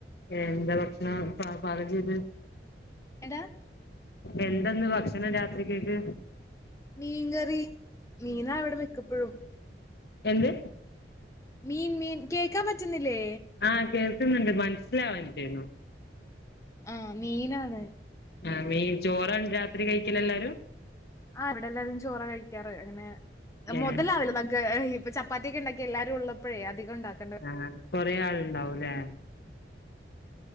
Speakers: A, on the left (about 60°); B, on the left (about 15°).
A: എന്ത് ഭക്ഷണാ പ പാകം ചെയ്ത്?
B: എന്താ?
A: എന്തന്ന് ഭക്ഷണം രാത്രികക്ക്?
B: മീൻകറി മീനാ വിടെ മിക്കപ്പഴും
A: എന്ത്?
B: മീൻ മീൻ കേക്കാ പറ്റുന്നില്ലേ?
A: ആഹ് കേൾക്ക്ണണ്ട് മനസ്സിലാവാഞ്ഞിട്ടേന്നു
B: അ മീനാണ്
A: ആ മീന് ചോറാണ് രാത്രി കഴിക്കല ല്ലാരും
B: ആ് ഇവിടെ എല്ലാരും ചോറാ കഴിക്കാറ് അങ്ങനെ
A: ഏഹ്
B: മുതലാവില്ല നമ്ക്ക് ഹി ചപ് പ്പാത്തിക്കെണ്ടാക്കിയ എല്ലാവും ഉള്ളപ്പോഴ അധികം ഉണ്ടാക്കണ്ടണ്ട്
A: ആഹ് കൊറെേ ആളുണ്ടാവുല്ലേ?